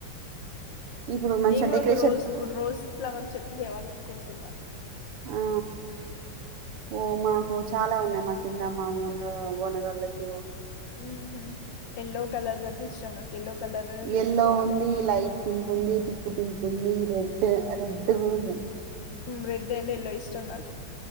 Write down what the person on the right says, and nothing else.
ఇప్పుడు మంచిగా
డెకరేషన్
ఆ ఓ మాకు చాలా ఉన్నాయి మా కింద మా ఓనర్ ఓనర్వాల్లకి
ఎల్లో ఉంది లైట్ పింక్ ఉంది తిక్ పింక్ ఉంది రెడ్ రెడ్ కూడాంది